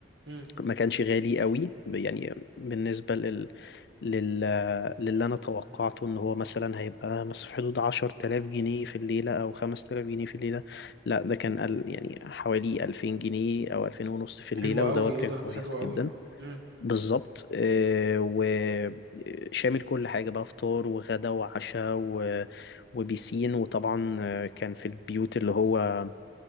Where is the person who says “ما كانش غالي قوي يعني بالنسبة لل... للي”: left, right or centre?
Left